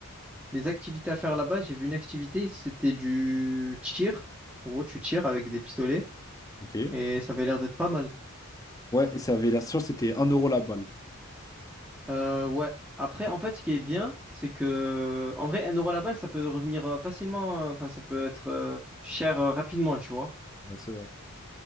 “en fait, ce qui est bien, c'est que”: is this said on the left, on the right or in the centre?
Centre